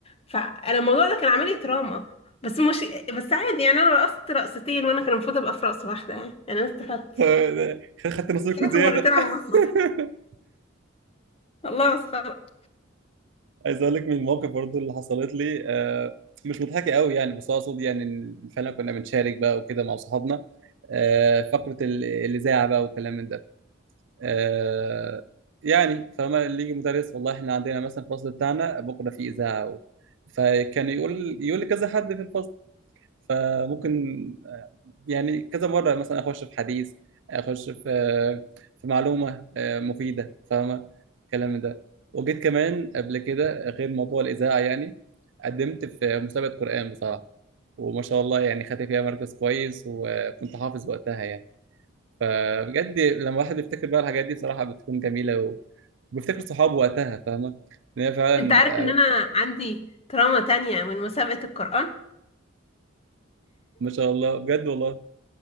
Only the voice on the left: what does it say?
فانا الموضوع ده كان عامل لي تراما بس مش بس عادي يعني انا رقصت رقصتين وانا كان المفروض ابقى في رقصه واحده يعني يعني انا استفدت
طلعت
مرتين على المسرح
الله مسخرة
انت عارف ان
انا عندي تراما تانية من مسابقة القرآن